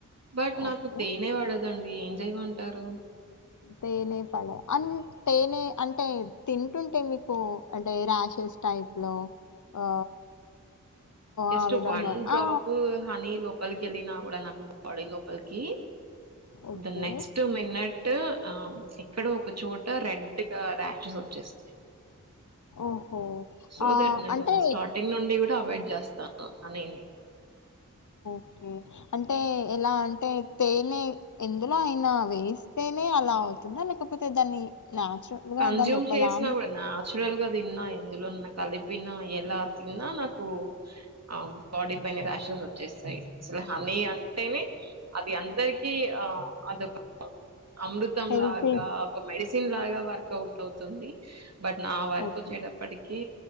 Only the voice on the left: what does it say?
ఓకే
తేనె పడ అన్ తేనె అంటే తింటుంటే మీకూ అంటే రాశ్ చేస్ టైప్ లో ఆ
ఆ విధంగా
ఆ
ఓకే
ఓహో
ఆ
అంటే
హు అంటే ఎలా అంటే తేనే ఎందులో అయినా వేస్తేనే అలా అవుతుందా లేకపోతే దాన్ని నాచురల్
గా దాన్ని ఒకదాని
హెల్తీ
ఓకే